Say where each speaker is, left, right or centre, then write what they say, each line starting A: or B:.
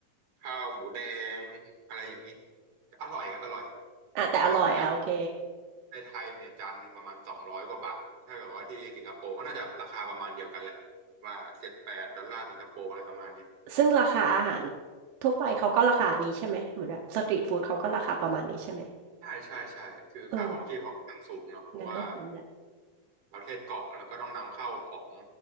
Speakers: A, on the right; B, on the right.
A: ข้าวหมูแดงอะไรอย่างนี้อร่อยครับอร่อย
B: อ่ะแต่อร่อยอ่ะโอเค
A: ก็จานในไทยเนี่ยจานหนึ่งประมาณสองร้อยกว่าบาทถ้าเกิดว่าที่สิงคโปร์ก็น่าจะราคาประมาณเดียวกันแหละว่าเจ็ดแปดดอลลาร์สิงคโปร์อะไรประมาณนี้
B: ซึ่งราคาอาหารทั่วไปเขาก็ราคานี้ใช่ไหมเหมือนแบบสตรีทฟู้ดเขาก็ราคาประมาณนี้ใช่ไหม
A: ใช่ใช่ใช่คือค่าครองชีพเขาค่างสูงเนาะเพราะว่า
B: เอองั้นก็คุ้มแหละ
A: ประเทศเกาะแล้วก็ต้องนำเข้าของ